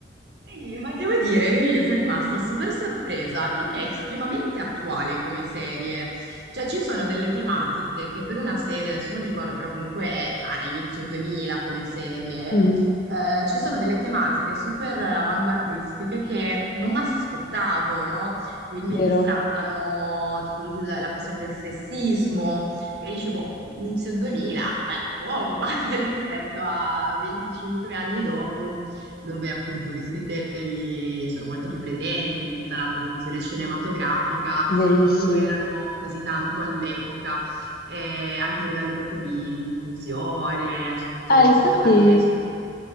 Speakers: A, on the right; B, on the left.
A: sì, ma devo dire che io sono rimasta super sorpresa perché è estremamente attuale come serie. Cioè, ci sono delle tematiche che per una serie, adesso non mi ricordo, però comunque è a inizio 2000 come serie,
B: Mhm.
A: eh, ci sono delle tematiche super avanguardistiche che non mi aspettavo, no? Quindi
B: Vero,
A: si trattano tipo il- la questione del sessismo, che dici, boh, inizio 2000, beh, bomba <laughs> rispetto a 25 anni dopo, dove appunto questi temi sono molto più presenti in tutta la produzione cinematografica
B: verissimo.
A: non lo erano così tanto all'epoca, eh, anche a livello proprio di inclusione, sotto,
B: Ah, infatti...
A: sotto vari sotto